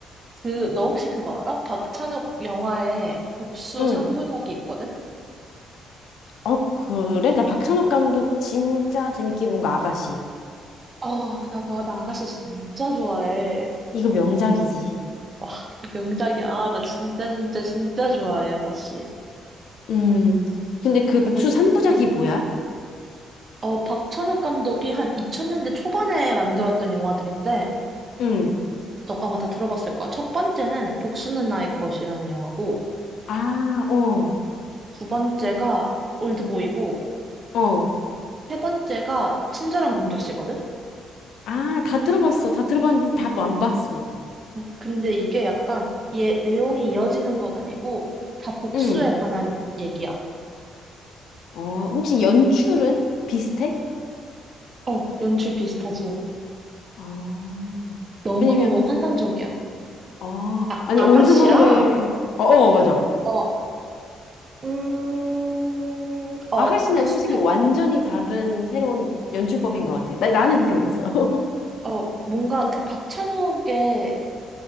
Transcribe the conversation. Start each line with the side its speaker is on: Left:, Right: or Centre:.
Right: 그, 너 혹시 그거 알아? 박찬욱 영화에 복수
Left: 응.
Right: 3부작이 있거든?
Left: 어, 그래? 나 박찬욱 감독 진짜 재밌게 본 거 아가씨.
Right: 어, 나, 나, 나 아가씨 진짜 좋아해.
Left: 이거 명작이지.
Right: 와, 이거 명작이야. 아, 나 진짜, 진짜, 진짜 좋아해, 아가씨.
Left: 음. 근데 그
Right: 그래서,
Left: 복수 3부작이
Right: 음.
Left: 뭐야?
Right: 어, 박찬욱 감독이 한 2000년대 초반에 만들었던 영화들인데,
Left: 응.
Right: 너가 아마 다 들어봤을 거야. 첫 번째는 복수는 나의 것이라는 영화고,
Left: 아, 어.
Right: 두 번째가 올드보이고,
Left: 어.
Right: 세 번째가 친절한 금자씨거든?
Left: 아, 다 들어봤어. 다 들어봤는데 다 뭐
Right: 어.
Left: 안 봤어.
Right: 어, 근데 이게 약간, 얘, 내용이 이어지는 건 아니고, 다 복수에
Left: 응.
Right: 관한 얘기야.
Left: 어, 혹시 연출은 비슷해?
Right: 어, 연출 비슷하지.
Left: 어.
Right: 너무너무
Left: 왜냐면,
Right: 환상적이야.
Left: 어,
Right: 아,
Left: 아니,
Right: 아가씨랑,
Left: 올드보이를, 어, 어, 맞아.
Right: 어, 음, 어,
Left: 아가씨는
Right: 그 스타,
Left: 솔직히 완전히 다른 새로운 연출법인 것 같아. 나, 나는 그렇게 느꼈어. <laughs>
Right: 어, 뭔가 그 박찬욱의